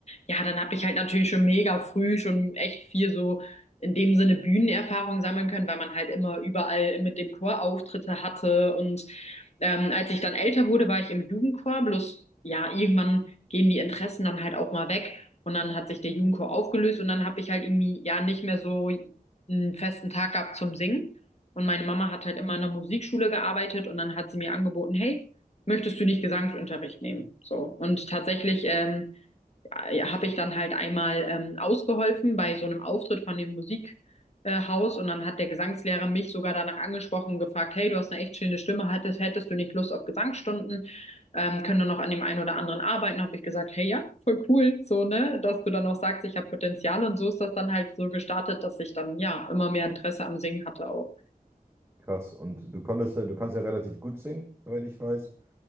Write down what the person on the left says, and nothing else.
ja, dann habe ich halt natürlich schon mega früh schon echt viel so in dem Sinne Bühnenerfahrung sammeln können, weil man halt immer überall mit dem Chor Auftritte hatte und ähm, als ich dann älter wurde, war ich im Jugendchor, bloß ja, irgendwann gehen die Interessen dann halt auch mal weg und dann hat sich der Jugendchor aufgelöst und dann habe ich halt irgendwie ja nicht mehr so einen festen Tag gehabt zum Singen. Und meine Mama hat halt immer in der Musikschule gearbeitet und dann hat sie mir angeboten, hey, möchtest du nicht Gesangsunterricht nehmen? So. Und tatsächlich ähm, äh, ja, habe ich dann halt einmal ähm, ausgeholfen bei so einem Auftritt von dem Musikhaus äh, Haus. und dann hat der Gesangslehrer mich sogar danach angesprochen und gefragt, hey, du hast eine echt schöne Stimme, hättest hättest du nicht Lust auf Gesangsstunden? Ähm, können wir noch an dem einen oder anderen arbeiten? Habe ich gesagt, hey, ja, voll cool, so, ne, dass du dann auch sagst, ich habe Potenzial und so ist das dann halt so gestartet, dass ich dann ja immer mehr Interesse am Singen hatte auch.